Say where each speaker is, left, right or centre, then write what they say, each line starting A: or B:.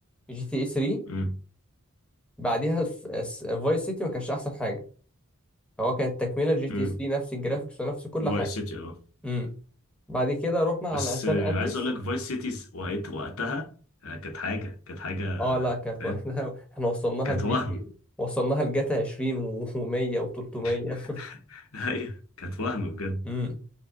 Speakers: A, in the centre; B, on the left.
A: جي تي اي 3
B: امم
A: بعديها فايس سيتي ما كانش احسن حاجه هو كانت تكمله جي تي
B: امم
A: اي 3 نفس الجرافيكس ونفس كل
B: فايس
A: حاجه
B: سيتي اه
A: امم بعد كده رحنا
B: بس
A: على
B: آه،
A: سان اندريس
B: عايز اقول لك فايس سيتيز وقت وقتها آه، كانت حاجه كانت حاجه
A: اه لا كانت
B: فاهم
A: واحنا <laughs> احنا وصلناها
B: كانت
A: لجي
B: وهم
A: تي وصلناها لجاتا 20 و100 و300
B: <laughs> ايوه كانت وهم بجد
A: امم